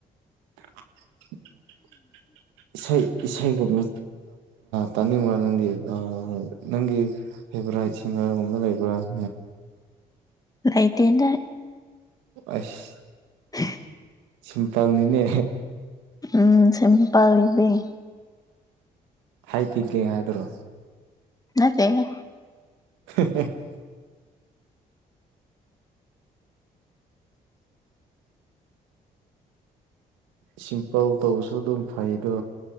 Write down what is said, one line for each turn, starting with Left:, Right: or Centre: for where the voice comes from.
Right: <unintelligible> ꯏꯁꯩ ꯏꯁꯩꯒꯨꯝꯕ ꯇꯥꯅꯤꯡꯕ꯭ꯔꯥ ꯅꯪꯗꯤ ꯑꯥ ꯅꯪꯒꯤ ꯐꯦꯕ꯭ꯔꯥꯏꯠ ꯁꯤꯡꯒꯔꯒꯨꯝꯕ ꯂꯩꯕ꯭ꯔꯥ <inaudible>
Left: ꯂꯩꯥꯇꯦꯗ
Right: ꯑꯁ
Left: <unintelligible>
Right: ꯁꯤꯝꯄꯜꯅꯤꯅꯦ
Left: ꯎꯝ ꯁꯤꯝꯄꯜ ꯂꯤꯕꯤꯡ
Right: ꯍꯥꯏ ꯊꯤꯡꯀꯤꯡ ꯍꯥꯏꯗꯨꯔꯣ
Left: ꯅꯠꯇꯦꯍꯦ
Right: <unintelligible> ꯁꯤꯝꯄꯜ ꯇꯧꯕꯁꯨ ꯑꯗꯨꯝ ꯐꯩꯗꯣ